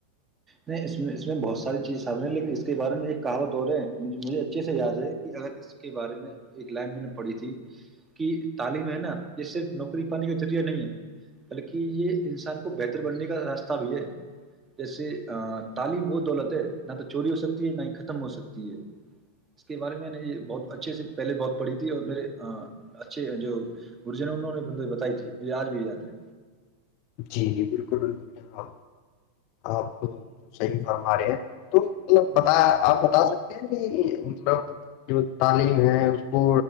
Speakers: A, on the right; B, on the left.
A: نہیں اس اس میں بہت ساری چیزیں سامنے لیکن اس کے بارے میں ایک کہاوت اور رہے ہے مجھے اچھے سے یاد ہے کہ اگر اس کے بارے میں ایک لائن میں نے پڑھی تھی کہ تعلیم ہے نا یہ صرف نوکری پانے کا ذریعہ نہیں ہے بلکہ یہ انسان کو بہتر بننے کا راستہ بھی ہے جیسے تعلیم وہ دولت ہے نہ تو چوری ہو سکتی ہے نہ ہی ختم ہو سکتی ہے اس کے بارے میں نے یہ بہت اچھے سے پہلے بہت پڑھی تھی اور میرے اچھے جو گرجن نے انہوں نے ب بتائی تھی بازار بھی جات تھے
B: جی جی بالکل بالکل ج آپ صحی فرما رہے ہیں تو ملب بتا آپ بتا سکتے ہیں کہ مطلب جو تعلیم ہے اس کو